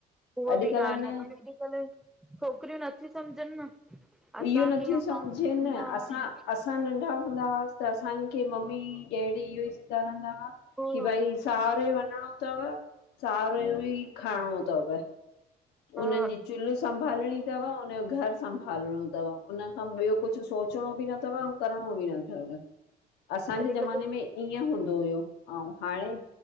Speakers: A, in the centre; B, on the left.
A: उहा
B: अॼुकल्ह
A: बि ॻाल्हि
B: आहे न
A: आ, अॼु कल्ह छोकिरियूं नथी सम्झनि न। असां
B: इहो नथो
A: कीअं असां
B: सम्झेन
A: न
B: असांसां असां नंढा हूंदा हुसीं त असांखे, मम्मी डैडी इहो ई सेखारींदा हुआ
A: पो
B: की भई साहरोए वञणो अथव साहरोए जो ई खाइणो अथव। हुनन्हनि
A: हा
B: जी चुल्हि संभालणी अथव हुनन जो घर संभालणो, अथव हुनन खां ॿियो कुछु सोच अचणो बि न अथव ऐं करिणो बि न अथव असांजे
A: अॼुकल्ह
B: ज़माने में ईअं हूंदो हुयो अउं हाणे